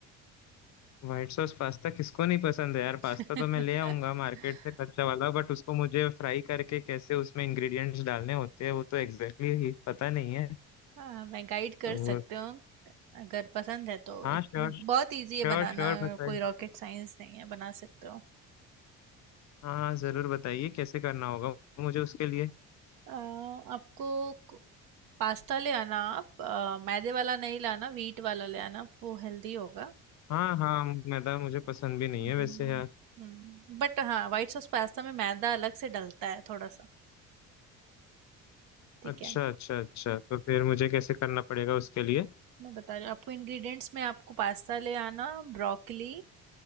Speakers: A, on the left; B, on the right.
A: व्हाइट सॉस पास्ता किसको नहीं पसंद है यार
B: <laughs>
A: पास्ता तो मैं ले आऊंगा मार्केट से कच्चा वाला बट उसको मुझे फ्राई करके कैसे उसमें इंग्रेडिएंट्स डालने होते हैं वो तो एग्जैक्टली exactly ही पता नहीं है
B: हाँ मैं गाइड कर
A: तो
B: सकती हूँ अगर पसंद है तो
A: हाँ
B: इत-
A: श्योर
B: बहुत इजी
A: श्योर
B: है बनाना
A: श्योर बताइए
B: कोई रॉकेट साइंस नहीं है बना सकते हो
A: हाँ हाँ जरूर बताइए कैसे करना होगा मुझे उसके लिए
B: अ, आपको पास्ता ले आना आप अ, मैदे वाला नहीं लाना वीट वाला ले आना वो हेल्दी होगा
A: हाँ हाँ मैदा मुझे पसंद भी नहीं
B: हम्म
A: है वैसे यार
B: हम्म बट हाँ वाइट सॉस पास्ता में मैदा अलग से डलता है थोड़ा सा ठीक
A: अच्छा
B: है
A: अच्छा अच्छा तो फिर मुझे कैसे करना पड़ेगा उसके लिए
B: मैं बता रही हूँ आपको इंग्रेडिएंट्स में आपको पास्ता ले आना ब्रोकली